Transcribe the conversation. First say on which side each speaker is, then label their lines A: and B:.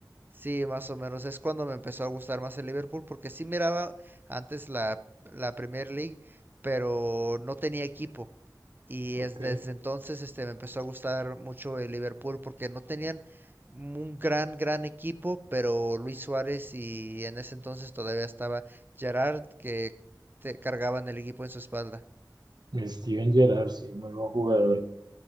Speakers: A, on the right (about 25°); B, on the right (about 65°).
A: Sí, más o menos. Es cuando me empezó a gustar más el Liverpool, porque sí miraba antes la, la Premier League, pero no tenía equipo. Y
B: Ok.
A: es desde entonces este, me empezó a gustar mucho el Liverpool, porque no tenían un gran, gran equipo, pero Luis Suárez y en ese entonces todavía estaba Gerard, que te cargaban el equipo en su espalda.
B: Steven Gerrard, sí, muy buen jugador.